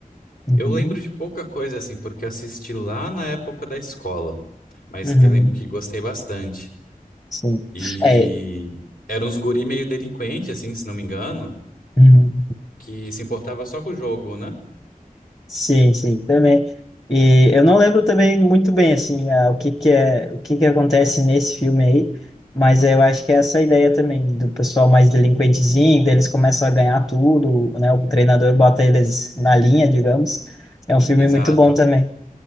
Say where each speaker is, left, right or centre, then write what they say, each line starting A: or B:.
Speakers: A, on the left; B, on the left.
A: Uhum.
B: Eu lembro de pouca coisa assim, porque eu assisti lá na época da escola. Mas
A: Uhum.
B: eu lembro que gostei bastante.
A: Sim.
B: E
A: É.
B: eram uns guri meio delinquente, assim, se não me engano,
A: Uhum.
B: que se importava só com o jogo, né?
A: Sim, sim, também. E eu não lembro também muito bem assim ah, o que que é o que que acontece nesse filme aí, mas eu acho que é essa ideia também do pessoal mais delinquentezinho, daí eles começam a ganhar tudo, né? O treinador bota eles na linha, digamos. É um filme
B: Exato.
A: muito bom também.